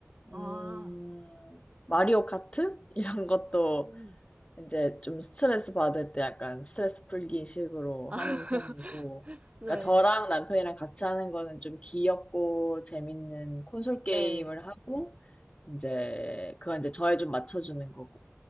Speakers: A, on the left; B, on the right.
A: 음,
B: 아,
A: 마리오 카트? <laughs> 이런 것도
B: 음.
A: 이제 좀 스트레스 받을 때 약간 스트레스 풀기 식으로
B: <laughs>
A: 하는 편이고.
B: 네,
A: 그러니까 저랑 남편이랑 같이 하는 거는 좀 귀엽고 재밌는 콘솔 게임을
B: 네.
A: 하고, 이제 그건 이제 저에 좀 맞춰주는 거고.